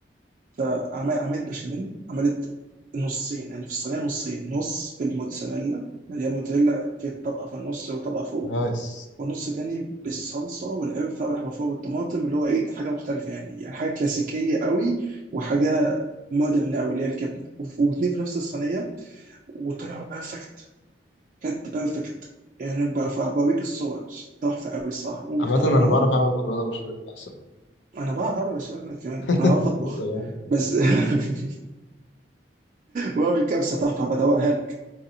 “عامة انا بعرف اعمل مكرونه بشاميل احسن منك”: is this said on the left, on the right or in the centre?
Left